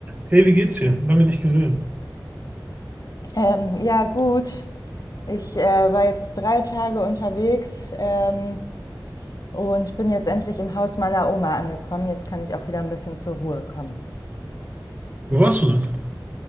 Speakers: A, on the right; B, on the left.
A: Hey, wie geht's dir? Lange nicht gesehen.
B: Ähm, ja, gut. Ich äh, war jetzt drei Tage unterwegs ähm, und bin jetzt endlich im Haus meiner Oma angekommen. Jetzt kann ich auch wieder ein bisschen zur Ruhe kommen.
A: Wo warst du denn?